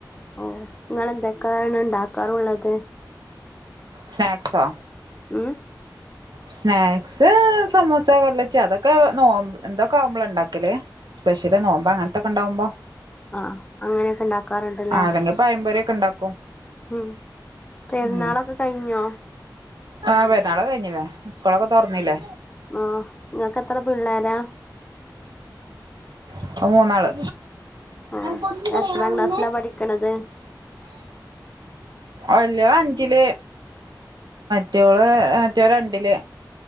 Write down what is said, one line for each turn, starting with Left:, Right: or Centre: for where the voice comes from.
Left: ഓ നിങ്ങളെന്തൊക്കെയാണ് ഉണ്ടാക്കാറുള്ളത്
Right: സ്നാക്സോ
Left: ഉം
Right: സ്നാക്സ് സമോസ കട്ലറ്റും അതൊക്കെ നോം എന്തൊക്കെ ആവുമ്പോള ഉണ്ടാക്കല് സ്പെഷ്യല് നോമ്പോ അങ്ങനത്തൊക്കെണ്ടാവുമ്പോ
Left: ആഹ അങ്ങനെയൊക്കെ ഉണ്ടാക്കാറുണ്ടല്ലേ
Right: ആഹ് അല്ലെങ്കിൽ പഴംപൊരിയൊക്കെ ഉണ്ടാക്കും
Left: ഉം പെരുന്നാളൊക്കെ
Right: ഉം
Left: കഴിഞ്ഞോ
Right: ആഹ് പെരുന്നാൾ കഴിഞ്ഞില്ലേ സ്കൂളൊക്കെ തുറന്നില്ലേ
Left: ആഹ് നിങ്ങൾക്ക് എത്ര പിള്ളേരാ
Right: ന്ക്ക് മൂന്നാള്
Left: ഓ
Right: ഞാൻ കൊന്ന് കളിയണോ
Left: എത്രാം
Right: നിന്നെ
Left: ക്ലാസ്സിലാ പഠിക്കണത്
Right: അല്ലോ അഞ്ചില് മറ്റോള് അറ്റോ രണ്ടില്